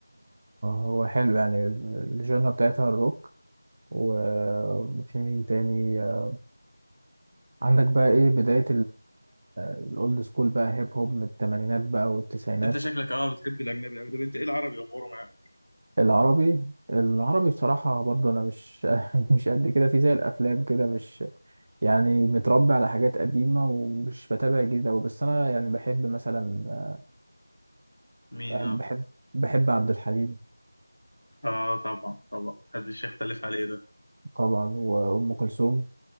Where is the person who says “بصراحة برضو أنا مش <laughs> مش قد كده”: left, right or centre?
Right